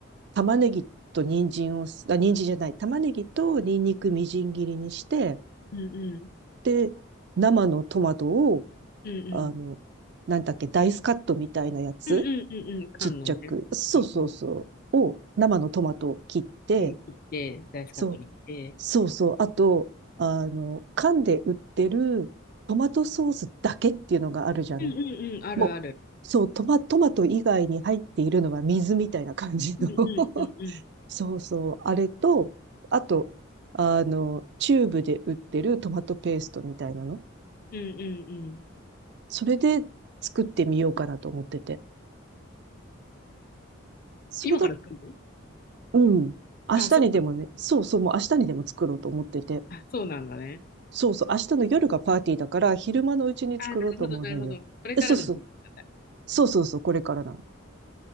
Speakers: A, on the right; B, on the left.
A: 玉ねぎと人参を、あ、人参じゃない、玉ねぎとニンニクみじん切りにして、
B: うん、うん、
A: で、生のトマトを、
B: うん、うん。
A: あの、なんだっけ、ダイスカットみたいなやつ
B: うん、うん、うん、うん。缶のね。
A: ちっちゃく。そうそうそう。
B: うん、うん。
A: を、生のトマトを切って、
B: うん切って、ダイスカットにして。
A: そう、そうそう。あと、あの、缶で売ってるトマトソースだけっていうのがあるじゃない。
B: うん、うん、うん。あるある。
A: もう、そう、トマ、トマト以外に入っているのは水みたいな感じの
B: うん、
A: <laughs>
B: うん、うん、うん。
A: そうそう。あれと、あと、あの、チューブで売ってるトマトペーストみたいなの。
B: うん、うん、うん。
A: それで作ってみようかなと思ってて。それだ、
B: 今から作るの
A: うん。明日にでもね、
B: あ、そうなの。
A: そうそう、もう明日にでも作ろうと思ってて。
B: あ、そうなんだね。
A: そうそう、明日の夜がパーティーだから、昼間のうちに作ろうと思うのよ。
B: あ、なるほど、なるほど。これからの話なんだ。
A: えそうそう、そうそうそう、これからなん